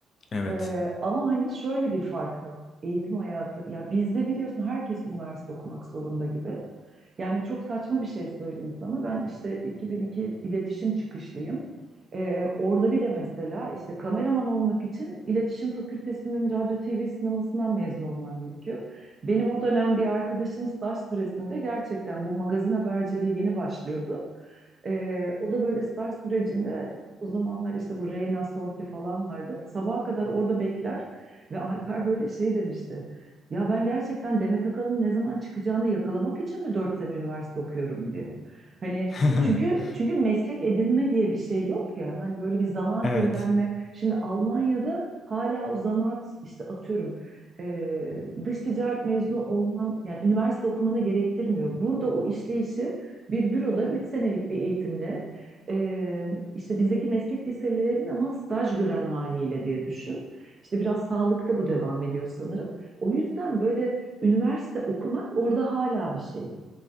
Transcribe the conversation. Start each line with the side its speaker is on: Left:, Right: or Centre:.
Left: Evet.
Right: Ee, ama hani şöyle bir fark da var. Eğitim hayatı ya bizde biliyorsun herkes üniversite okumak zorunda gibi. Yani çok saçma bir şey söyleyeyim sana. Ben işte 2002 iletişim çıkışlıyım. Ee, orada bile mesela işte kameraman olmak için iletişim fakültesinin radyo TV sinemasından mezun olman gerekiyor. Benim o dönem bir arkadaşım staj süresinde gerçekten bu magazin haberciliği yeni başlıyordu. Ee, o da böyle staj sürecinde o zamanlar işte bu Reyna Sorti falan vardı. Sabaha kadar orada bekler ve Alper böyle şey demişti. Ya ben gerçekten Demet Akalın ne zaman çıkacağını yakalamak için mi dört sene üniversite okuyorum diye. Hani
Left: <laughs>
Right: çünkü çünkü meslek edinme diye bir şey yok ya. Hani böyle bir zanaat
Left: Evet.
Right: öğrenme. Şimdi Almanya'da hala o zanaat işte atıyorum eee, dış ticaret mezunu olman yani üniversite okumanı gerektirmiyor. Burada o işleyişi bir büroda üç senelik bir eğitimle eee, işte bizdeki meslek liselerinin ama staj gören haliyle diye düşün. İşte biraz sağlıkta bu devam ediyor sanırım. O yüzden böyle üniversite okumak orada hala bir şey.